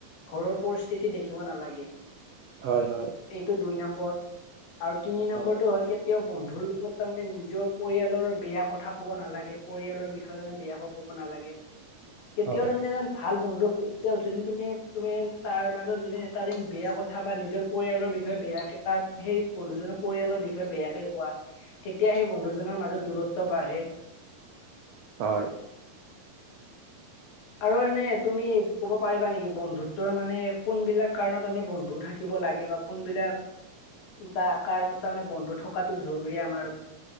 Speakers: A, on the left (about 80°); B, on the right (about 80°).
A: ঘৰৰ পৰিস্থিতি দেখিব নালাগে।
B: হয়- হয়।
A: এইটো দুই নম্বৰ আৰু তিনি নম্বৰটো
B: হয়
A: হ'ল কে তিয়াও বন্ধুৰ লগত তাৰমানে নিজৰ পৰিয়ালৰ বেয়া কথা ক'ব নালাগে, পৰিয়ালৰ বিষয়ে বেয়া ক কব নালাগে, কেতিয়াও
B: হয়
A: তাৰমানে এজন ভাল বন্ধু <unintelligible> তুমি তুমি তাৰ মাজত যদি এটা দিন বেয়া কথা বা নিজৰ পৰিয়ালৰ বিষয়ে বেয়াকে তাৰ সেই বন্ধুজনৰ পৰিয়ালৰ বিষয়ে বেয়াকে কোৱা তেতিয়া সেই বন্ধুজনৰ মাজত দূৰত্ব বাঢ়ে।
B: হয়।
A: আৰু এনে তুমি কব পাৰিবা নেকি? বন্ধুত্বৰ মানে কোনবিলাক কাৰণত আমি বন্ধু থাকিব লাগে বা কোনবিলাক ও তা কাৰণত তাৰ মানে বন্ধু থকাটো জৰুৰী আমাৰ?